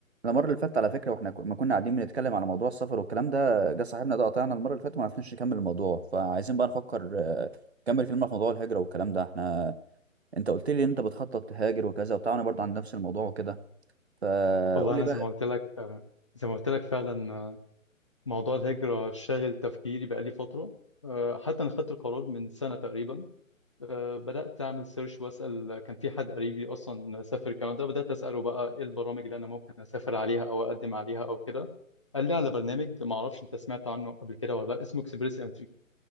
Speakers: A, on the right; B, on the left.
A: انا المره اللي فاتت على فكره واحنا ك- ما كنا قاعدين بنتكلم على موضوع السفر والكلام ده جه صاحبنا ده قطعنا المره اللي فاتت وما عرفناش نكمل الموضوع فعايزين بقى نفكر آه، نكمل كلمه في موضوع الهجره والكلام ده احنا انت قلت لي انت بتخطط تهاجر وكذا وبتاع وانا برضه عند نفس الموضوع وكده فقول
B: والله انا
A: لي بقى
B: زي ما قلت لك زي ما قلت لك فعلا موضوع الهجره شاغل تفكيري بقالي فتره أه، حتى انا خدت القرار من سنه تقريبا أه، بدات اعمل سيرش واسال كان في حد قريبي اصلا سافر كندا بدات اساله بقى ايه البرامج اللي انا ممكن اسافر عليها او اقدم عليها او كده قال لي على برنامج ما اعرفش انت سمعت عنه قبل كده ولا لا اسمه اكسبريس انتري